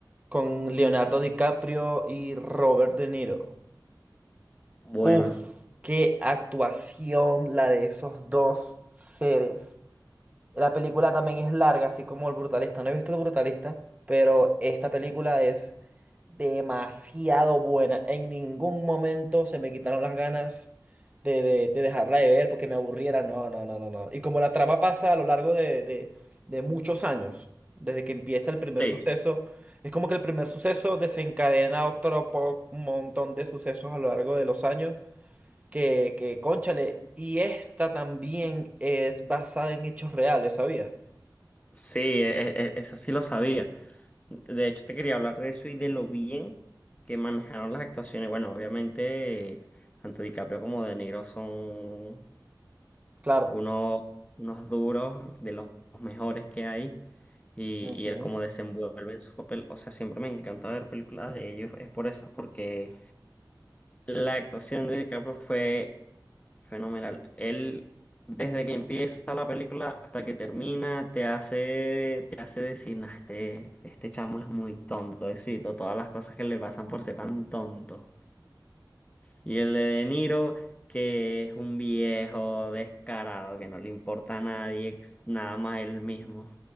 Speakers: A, on the right; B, on the left.
A: con Leonardo DiCaprio y Robert De Niro.
B: bueno.
A: Uf, qué actuación la de esos dos seres. La película también es larga, así como El Brutalista. No he visto El Brutalista, pero esta película es demasiado buena. En ningún momento se me quitaron las ganas de, de- de dejarla de ver porque me aburriera. No, no, no, no, no. Y como la trama pasa a lo largo de, de- de muchos años, desde que empieza el primer
B: Sí,
A: suceso, es como que el primer suceso desencadena otro po- montón de sucesos a lo largo de los años que, que cónchale, y esta también es basada en hechos reales, ¿sabías?
B: sí, e- e- e- eso sí lo sabía. De hecho, te quería hablar de eso y de lo bien que manejaron las actuaciones. Bueno, obviamente, tanto DiCaprio como De Niro son
A: Claro.
B: unos, unos duros, de los mejores que hay. Y,
A: ujú.
B: y él cómo desenvuelve en su papel. O sea, siempre me encanta ver películas de ellos. Es por eso, porque la actuación de DiCaprio fue Fenomenal. Él, desde que empieza la película hasta que termina, te hace, te hace decir, "Nah, este, este chamo es muy tonto, éxito, todas las cosas que le pasan por ser tan tonto. Y el de De Niro, que es un viejo descarado, que no le importa a nadie, ex- nada más él mismo